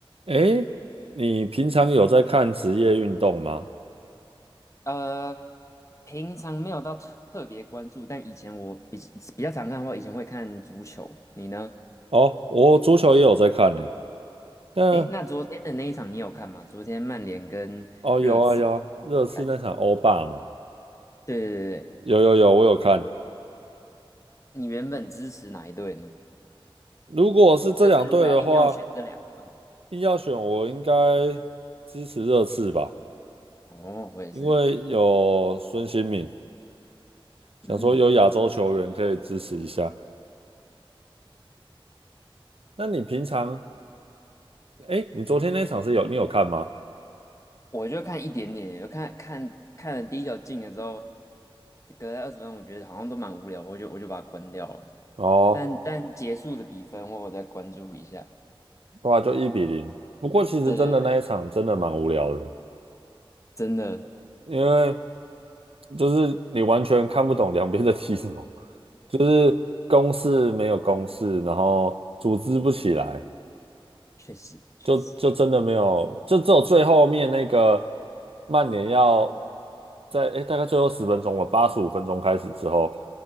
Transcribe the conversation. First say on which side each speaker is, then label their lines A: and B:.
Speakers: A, on the right (about 80°); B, on the left (about 30°).
A: 诶，你平常有在看职业运动吗？
B: 呃，平常没有到特特别关注，但以前我比比较常看的话，以前会看足球。你呢？
A: 哦，我足球也有在看呢。那
B: 诶，那昨天的那一场你有看吗？昨天曼联跟热刺的赛，
A: 哦，有啊有啊，热刺那场欧霸嘛，
B: 对对对对，
A: 有有有，我有看。
B: 你原本支持哪一队呢？
A: 如果是这两队的话，
B: 就是如果要硬要选这两个的话，
A: 硬要选，我应该支持热刺吧，
B: 哦，我也是，
A: 因为有孙兴慜，想说有亚洲球员可以支持一下。
B: 嗯，
A: 那你平常，诶，你昨天那场是有你有看吗？
B: 我就看一点点，我看看看了第一球进了之后，隔了二十分，我觉得好像都蛮无聊的我就我就把它关掉了。
A: 哦，
B: 但但结束的比分，我有再关注一下。
A: 对啊，就一比零。不过其实真的那一场真的蛮无聊的，
B: 对对对。真的，
A: 因为。就是你完全看不懂两边在踢什么，就是攻势没有攻势，然后组织不起来，
B: 确实确实，
A: 就就真的没有，就只有最后面那个曼联要在诶、大概最后十分钟吧，八十五分钟开始之后，